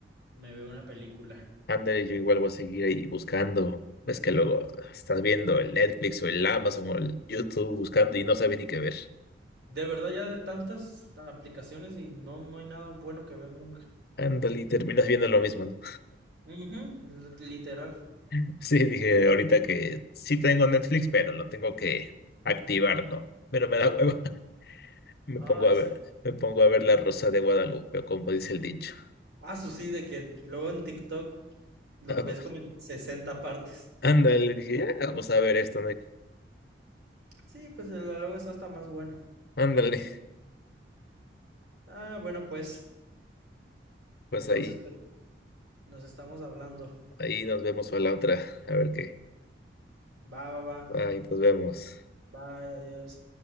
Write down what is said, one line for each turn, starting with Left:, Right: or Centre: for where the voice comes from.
Right: Me veo una película.
Left: Ándale, yo igual voy a seguir ahí buscando. Ves que luego estás viendo el Netflix o el Amazon o el YouTube buscando y no sabes ni qué ver.
Right: De verdad, ya de tantas aplicaciones y no, no hay nada bueno que ver nunca.
Left: Ándale, y terminas viendo lo mismo, ¿no?
Right: Ujú, l- Literal.
Left: <laughs> Sí, dije ahorita que sí tengo Netflix, pero lo tengo que activar, ¿no? Pero me da hueva. <laughs> Me
Right: Ay,
Left: pongo a
Right: sí.
Left: ver, me pongo a ver La Rosa de Guadalupe, o como dice el dicho.
Right: Ah, su sí, de que luego en TikTok los
Left: Ah, va.
Right: ves como en 60 partes.
Left: Ándale, dije, ya, vamos a ver esto, ¿no?
Right: Sí, pues el luego está hasta más bueno.
Left: Ándale,
Right: Ah, bueno, pues.
Left: pues
Right: Entonces,
Left: ahí,
Right: pues, nos estamos hablando.
Left: ahí nos vemos para la otra, a ver qué.
Right: Va, va, va.
Left: ahí nos vemos.
Right: Bye, adiós.